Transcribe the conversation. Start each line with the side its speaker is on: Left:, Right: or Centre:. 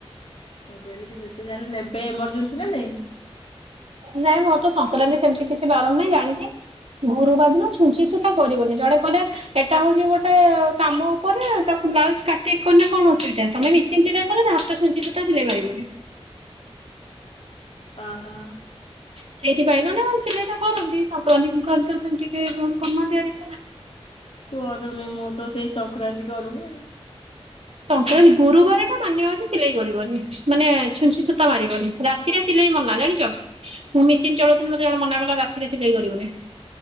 Left: ମୁଁ କହିଲି ଯେତେ ଯାହା ହେଲେ ନେବେ ଏମାର୍ଜିନସ ନା ନାଇଁ
Right: ନାଇଁ ମୋର ତ ସଂକ୍ରାନ୍ତି ସେମିତି କିଛି ବାର ନାହିଁ ଜାଣିଛି ଗୁରୁବାର ଦିନ ଛୁଞ୍ଚି ସୂତା କରିବନି ଜଣେ କହଲେ ଏଟା ହଉଛି ଗୋଟେ କାମ ଉପରେ ତାକୁ ବ୍ଲାଉଜ କାଟିଲେ କଣ ଅସୁବିଧା ତମେ ମିସି ଚିରାଇ କ ହାତ ଛୁଞ୍ଚି ସୂତା ସିଲେଇ ପାରିବନି
Left: ଓ ହୋ।
Right: ସେଇଥିପାଇଁ ନ ନା ଚିଲେଇ ତ କରନ୍ତି ସଂକ୍ରାନ୍ତି ସଂକ୍ରାନ୍ତି ତ ସେମିତି କେ କର ତିଆରି
Left: କରୁନି ମୁଁ ତ ସେଇ ସଂକ୍ରକ୍ରାନ୍ତି କରୁନି ଆଉ।
Right: ସଂକ୍ରାନ୍ତି ଗୁରୁବାରଟା ମାନ୍ୟ ଅଛି ସିଲେଇ କରିବନି ମାନେ ଛୁଞ୍ଚି ସୂତା ମାରିବନି ରାତିରେ ସିଲେଇ ମନା ଜାଣିଛ ମୁଁ ମେସିନ ଚଳଉଥିଲି ମତେ ଜଣେ ମନା କଲା ରାତିରେ ସିଲେଇ କରିବୁନି।